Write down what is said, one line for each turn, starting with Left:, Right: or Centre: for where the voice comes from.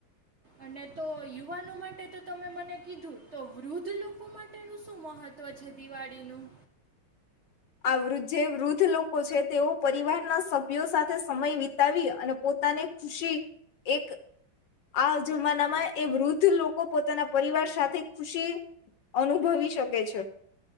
Right: અને તો યુવાનો માટે તો તમે મને કીધું તો વૃદ્ધ લોકો માટેનું શું મહત્વ છે દિવાળીનું?
Left: આ વૃદ્ધ જે વૃદ્ધ લોકો છે તેઓ પરિવારના સભ્યો સાથે સમય વિતાવી અને પોતાની ખુશી એક આ જમાનામાં એ વૃદ્ધ લોકો પોતાના પરિવાર સાથે ખુશી અનુભવી શકે છે.